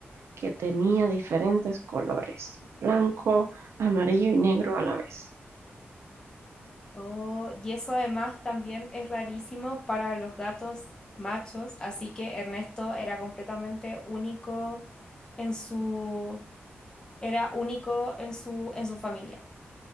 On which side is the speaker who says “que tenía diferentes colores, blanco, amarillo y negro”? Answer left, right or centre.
Right